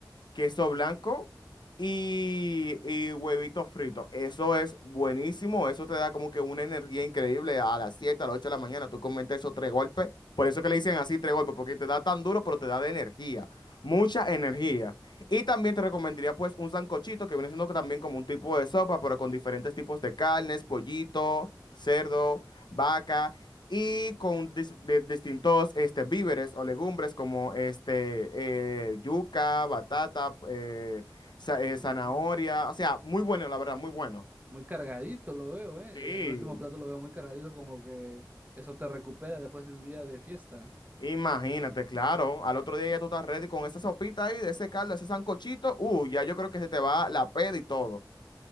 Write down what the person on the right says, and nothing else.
Mm,
muy cargadito lo veo, ¿eh?
El último plato lo veo muy cargadito, como que eso te recupera después de un día de fiesta.